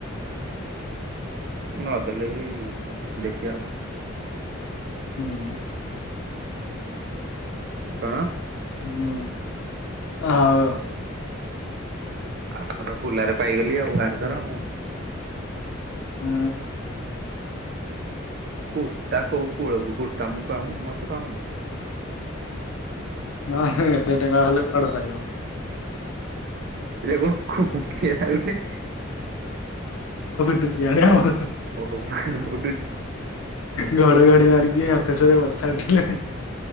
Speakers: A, on the right; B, on the left.
A: ନ ଦେଲେ ବି ଦେଖିବା
B: ହୁଁ।
A: କଣ?
B: ହୁଁ ହ ଆଉ
A: ଆଉଥର ବୁଲାରେ ପାଇଗଲି ଆଉ ଆରଥର ଆଉ
B: ହୁଁ।
A: କୁ ତା କଉ କୂଳ କୁ କ ତା ମୁ ପାଉନି ମତେ ପାଉନି
B: ନା ଏତେ ଟେଙ୍କା ଖଲେ କଡ ଖାଇ
A: ହୁଁ ଯୁ ମୁଖ ଲାଗିଲ
B: <unintelligible> ଆଉ
A: ଓହୋ <unintelligible> ବୁଡୁଚି
B: ଘଡଘଡି ମାରିକଛିି ଆକାଶରେ ବର୍ଷା ଉଠିଲଣି